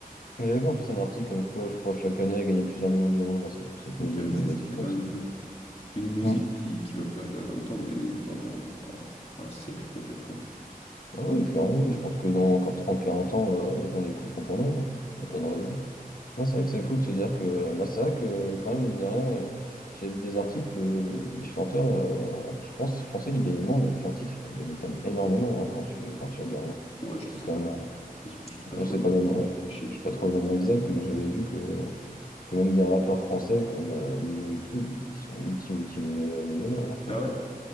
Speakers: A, on the left; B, on the left.
A: Mais J'avais vu en plus un article comme quoi, je crois, chaque année, elle gagnait plusieurs millions d'euros grâce à cette, cette musique,
B: Ah oui,
A: une
B: c'est
A: bêtise
B: ça qui est
A: comme
B: dingue,
A: ça.
B: en fait. Une musique
A: Hmm.
B: qui, qui va perdurer dans le temps, mais pendant euh, un siècle peut-être. hein.
A: Ah oui, clairement, oui. Je pense que dans encore 30 quarante ans, euh, les gens l'écouteront pour nous. Il n'y a pas de raison. Non, c'est vrai que c'est fou de se dire que bah, c'est vrai que quand même, mine de rien, euh, j'ai vu des articles, euh, les chanteurs, euh, en- je pense, je pensais qu'ils gagnaient moins, mais qu'un titre, ils peuvent gagner quand même énormément hein, quand tu, quand tu regardes. hein.
B: Moi, je
A: C'est
B: sais
A: quand
B: pas
A: même,
B: trop. Je sais pas je sais pas trop
A: euh, je sais
B: les
A: pas les nombres,
B: chiffres.
A: je sais pas trop les nombres exacts, mais j'avais vu que, que même des rappeurs français comme euh, Nino et tout, ils, ils sont multi, multi millionnaires, franchement.
B: Ah ouais?